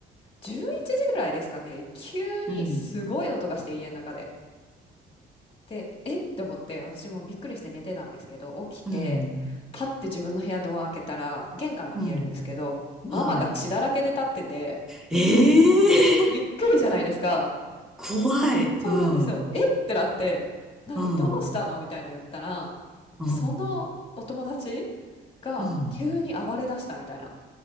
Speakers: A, on the left (about 25°); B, in the centre.
A: 11時ぐらいですかね、急にすごい音がして家の中で。
B: うん。うん。
A: で、えって思って、私もびっくりして寝てたんですけど、起きて、
B: うん。
A: パッて自分の部屋ドア開けたら、玄関が見えるんですけど、
B: うん。
A: ママが血だらけで立ってて、
B: はい。ええー。
A: でびっくりじゃないですか。
B: 怖い。
A: そうなんですよ。
B: うん。
A: えってなって、何どうしたのみたいな言ったら、
B: うん。うん。
A: そのお友達が急に暴れ出したみたいな。
B: うん。